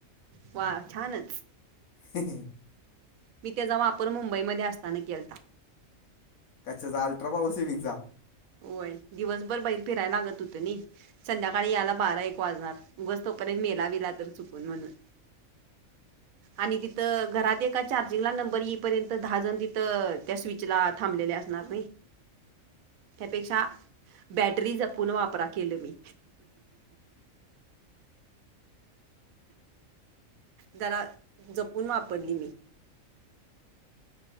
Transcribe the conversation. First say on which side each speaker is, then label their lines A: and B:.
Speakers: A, on the right; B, on the left.
A: वा छानच.
B: <inaudible>
A: मी तेचा वापर मुंबईमध्ये असताना केलता.
B: कचाच्या अल्ट्रापावर सेविंगचा.
A: व्हय दिवसभर बाहेर फिराया लागत होतं नई. संध्याकाळी यायला बारा एक वाजणार उगच तोपर्यंत मेला विला तर चुकून म्हणून. आणि तिथ घरात एका चार्जिंगला नंबर येईपर्यत दहाजण तिथ त्या स्वि चला थांबलेले असणार नहीं. त्यापेक्षा बॅटरी जपून वापरा केलं मी. जरा जपून वापरली मी.